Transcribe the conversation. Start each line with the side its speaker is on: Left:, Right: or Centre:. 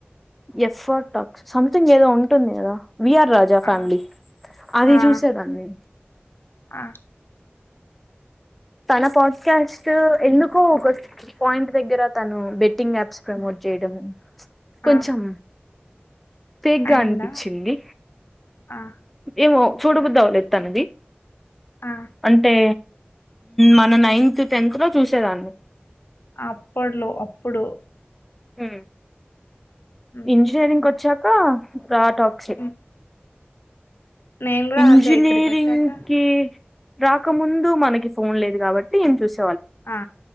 Centre: ఎఫ్ ఆర్ టాక్స్ సమ్థింగ్ ఏదో ఉంటుంది గదా విఆర్ రాజా ఫ్యామ్లీ
Left: ఆ!
Centre: అది
Left: ఆ
Centre: చూసరా మీ
Left: ఆ
Centre: తన పాడ్కాస్ట్ ఎందుకో ఒక పాయింట్ దగ్గర తను బెట్టింగ్ యాప్స్ ప్రమోట్ చేయడం కొంచెం
Left: ఆ
Centre: ఫేక్ గా
Left: అయిందా
Centre: అనిపిచింది
Left: ఆ
Centre: ఏమో చూడబద్దవ్వలేదు తనది
Left: ఆ
Centre: అంటే మన నైన్త్ టెన్త్ లో చూసేదాన్ని
Left: అప్పట్లో అప్పుడు
Centre: హ
Left: హ్మ్,
Centre: ఇంజినీరింగ్ కొ చ్చాకా రా టాక్స్
Left: హ్మ్. నేను కూడా
Centre: ఇంజినీరింగ్
Left: అంతే ఇక్కడికి వచ్చాక
Centre: కి రాకముందు మనకి ఫోన్ లేదు కాబట్టి ఏం చూస
Left: ఆ